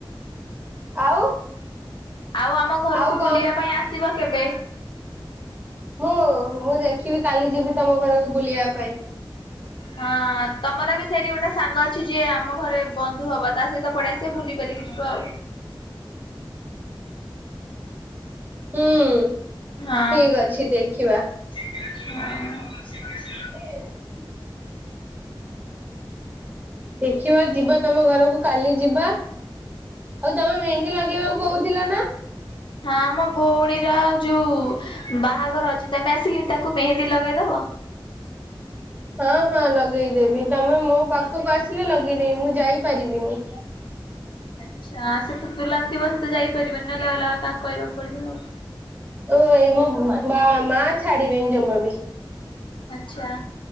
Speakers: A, on the right (about 20°); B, on the left (about 65°).
A: ଆଉ
B: ଆଉ ଆମ ଘରକୁ
A: ଆଉ
B: ବୁଲିବା
A: କଣ
B: ପାଇଁ ଆସିବ କେବେ?
A: ମୁଁ ମୁଁ ଦେଖିବି କାଲି ଯିବି ତମ ଘରକୁ ବୁଲିବା ପାଇଁ।
B: ହଁ ତମର ବି ସେଇଠି ଗୋଟେ ସାଙ୍ଗ ଅଛି ଯିଏ ଆମ ଘରେ ବନ୍ଧୁ ହବ ତା ସହିତ ପଲେଇଆ ସେ ବୁଲି ବାଲିକି ଯିବ ଆଉ।
A: ହୁଁ
B: ହଁ
A: ଠିକ ଅଛି ଦେଖିବା।
B: ହଁ।
A: <unintelligible> ଦେଖିବା ଯିବା ତମ ଘରକୁ କାଲି ଯିବା ଆଉ ତମେ ମେହେନ୍ଦୀ ଲଗେଇବାକୁ କହୁଥିଲ ନା!
B: ହଁ ମୋ ଭଉଣୀର ଯୋଉ ବାହାଘର ଅଛି ତମେ ଆସିକି ତାକୁ କୁ ମେହେନ୍ଦି ଲଗେଇଦବ।
A: ହଁ ହଁ ଲଗେଇଦେବି। ତମେ ମୋ ପାଖକୁ ଆସିଲେ ଲଗେଇଦବି ମୁଁ ଯାଇପାରିବିନି।
B: ଆଚ୍ଛା ସେତେ ଦୁହ୍ଲନ୍ ଥିବ ସେତ ଯାଇ ପାରିବନି ନହେଲେ ଅଲଗା କାହାକୁ କହିବାକୁ ପଡିବ ଆଉ।
A: ଓ ଏଇ ମୋ ବା ମା ଛାଡ଼ିବେନି ଜମା ବି।
B: ଆଚ୍ଛା।